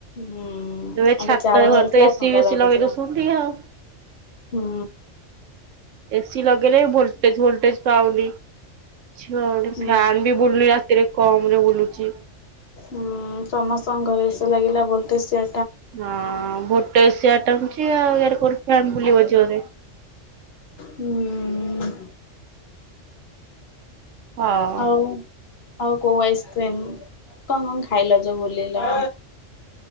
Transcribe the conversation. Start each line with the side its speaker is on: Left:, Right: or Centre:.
Left: ହୁଁ
Right: ଏ
Left: ଆଗେ
Right: ଛାତ
Left: ଚାଳ ଘର
Right: ଫାତ
Left: ଥିଲା
Right: ଏ
Left: ଥଣ୍ଡା
Right: ସି ଫେଶି
Left: ଲାଗୁଥିଲା
Right: ଲଗେଇ ଦଉଛନ୍ତି ଆଉ।
Left: ହୁଁ।
Right: ଏସି ଲଗେଇଲେ ଭୋଲଟେଜ ଫୋଲଟେଜ ପାଉନି। ଫ୍ୟାନ
Left: ହୁଁ
Right: ବି ବୁଲୁନି ରାତିରେ। କମ ରେ ବୁଲୁଛି।
Left: ହୁଁ ସମସ୍ତଙ୍କ ଘରେ ଏସ ଲାଗିଲା ଭୋଲ୍ଟେଜ୍ ସିଆ
Right: ହଁ ଭୋଟେଶ ଆ ଟଙ୍କ <inaudible> କରଛ ବୋଲିୁିବ ଜୋରେ
Left: ହୁଁ
Right: ହଁ
Left: ହଉ ଆଉ କୋଉ ଆଇସ୍କ୍ରିମ୍ କଣ କଣ ଖାଇଲା ଯ ବୁଲିଲ।